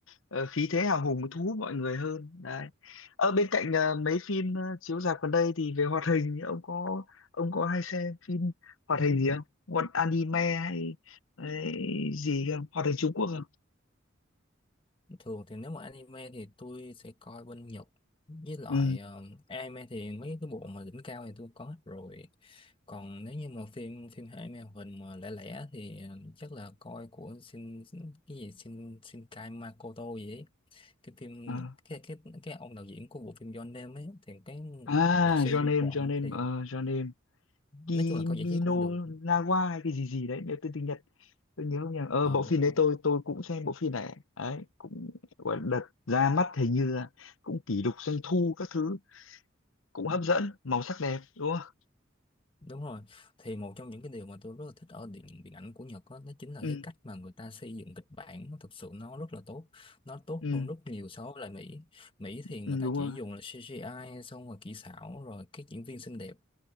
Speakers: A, on the left (about 85°); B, on the left (about 25°).
A: ờ, khí thế hào hùng thu hút mọi người hơn đấy ở bên cạnh ờ, mấy phim ờ, chiếu rạp gần đây thì về hoạt hình thì ông có ông có hay xem phim hoạt hình gì không Một anime hay, hay gì không hoạt hình Trung Quốc không
B: thường thì nếu mà anime thì tôi sẽ coi bên Nhật với lại
A: ừ
B: ờ, anime thì mấy cái bộ mà đỉnh cao thì tôi có hết rồi còn nếu như mà phim phim anime hoạt hình mà lẻ lẻ thì ờ, chắc là coi của Shin cái gì Shin Shinkai Makoto gì ấy cái phim
A: à,
B: cái cái cái ông đạo diễn của bộ phim Your Name ấy thì cái
A: à
B: một là series
A: Your Name
B: của ổng
A: Your Name
B: thì
A: ờ, Your Name Kiminawa
B: nói chung là coi giải trí cũng được
A: hay cái gì gì đấy nếu tôi tiếng Nhật tôi nhớ không nhầm ờ
B: ờ
A: bộ
B: đúng
A: phim
B: rồi
A: đấy tôi tôi cũng xem bộ phim này đấy cũng gọi là đợt ra mắt hình như là cũng kỷ lục doanh thu các thứ cũng hấp dẫn màu sắc đẹp đúng không
B: Đúng rồi, thì một trong những cái điều mà tôi rất là thích ở điện điện ảnh của Nhật đó, đó chính là
A: ừ
B: cái cách mà người ta xây dựng kịch bản nó thực sự nó rất là tốt, nó tốt
A: ừ,
B: hơn rất nhiều so với lại Mỹ. Mỹ thì
A: ừ
B: người ta
A: đúng
B: chỉ
A: rồi
B: dùng là CGI xong rồi kỹ xảo rồi các diễn viên xinh đẹp